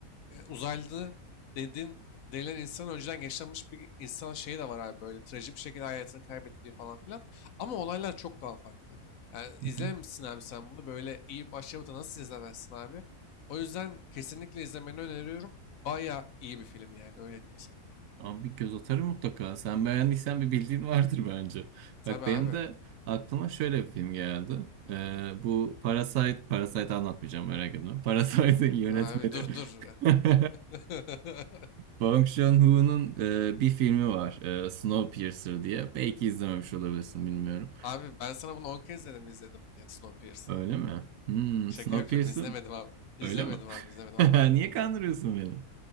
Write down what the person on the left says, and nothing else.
e, uzaylı dedin denilen insan önceden yaşanmış bir insan şeyi de var abi böyle trajik bir şekilde hayatını kaybettiği falan filan. Ama olaylar çok daha farklı. Yani izlememişsin
abi sen bunu böyle iyi başlamada nasıl izlemezsin abi? O yüzden kesinlikle izlemeni öneriyorum. Baya iyi bir film yani öyle diyeyim sana.
Tabii
abi.
Abi dur dur.
<laughs>
Abi ben sana bunu 10 kez dedim izledim diye Snowpiercer'ı.
Şaka
yapıyorum izlemedim abi. İzlemedim
abi izlemedim
anlat.